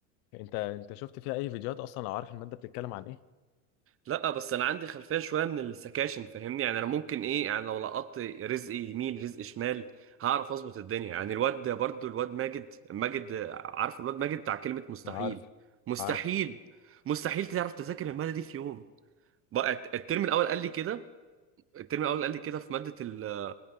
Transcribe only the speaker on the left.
انت انت شفت فيها اي فيديوهات اصلا لو عارف الماده بتتكلم عن ايه
أنا عارف
عارف